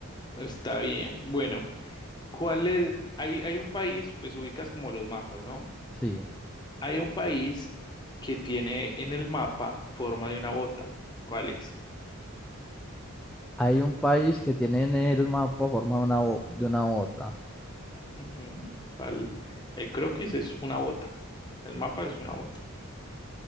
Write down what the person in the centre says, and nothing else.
Sí.
Hay un país que tiene en el mapa forma de una, bo- de una bota.